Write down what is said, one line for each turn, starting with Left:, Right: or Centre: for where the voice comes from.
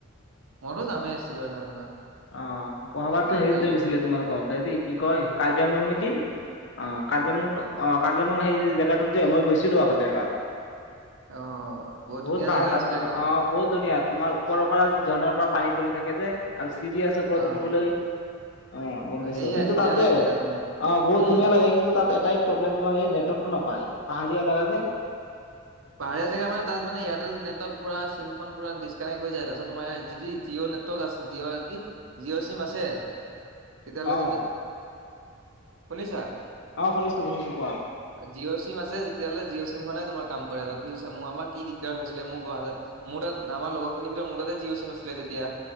Right: মইতো যামেই চিয়ৰ যাম এইবাৰ।
Left: অ', অহাবাৰতো হেৰিত
Right: যোৱা
Left: লৈ
Right: ব-
Left: গৈছিলে তোমালোকক, হেৰী কি কয় কাৰ্বি আংলং নে কি? অ', কাৰ্বিআংলং অ', কাৰ্বিআংলং সেই জেগাটো যে মই গৈছিলোঁ আগতে এবাৰ।
Right: অ বহুত
Left: বিহুত
Right: ধুনীয়া জেগা
Left: <unintelligible> তাত
Right: আছিলে
Left: টো
Right: কা
Left: অ'। বহুত ধুনীয়া তোমাৰ ওপৰৰ পৰা ঝৰ্ণাৰ পৰা পানী পৰি থাকে যে, আৰু চিৰি আছে ওপৰত
Right: অ
Left: উঠিবলৈ। অ', গ'ম পাইছোঁ
Right: সেয়াই
Left: কিন্তু
Right: ধুনীয়া
Left: তাত
Right: লাগে
Left: যে,
Right: জেগাটো মানে
Left: অ', বহুত
Right: উম।
Left: ধুনীয়া লাগে কিন্তু তাত এটা প্ৰব্লেম তোমাৰ এই নেটৰ্কটো নাপায়, পাহাৰীয়া জেগা যে।
Right: পাহাৰীয়া জেগাা মানে তাত মানে ইয়াৰটেল নেটৱৰ্ক পুৰা চিমখন পুৰা ডিছকানেক্ট হৈ যায়, তাৰপিছত তোমাৰ যি টি জিঅ' নেটৱৰ্ক <unintelligible> জিঅ'ৰ কি জিঅ'ৰ চিম আছে। তেতিয়াহলে
Left: অ
Right: তুমি শুনিছা?
Left: অ', শুনিছো শুনিছো কোৱা।
Right: জিঅ' চিম আছে যেতিয়াহ'লে জিঅ' চিম খনে তোমাৰ কাম কৰে তাত বুজিছা মোৰ আমাৰ কি দিগদাৰ হৈছিলে মোৰ পঢালে মোৰ তাত আমাৰ লগৰখিনিৰ ভিতৰত মোৰ তাতে জিঅ' চিম আছিলে তেতিয়া।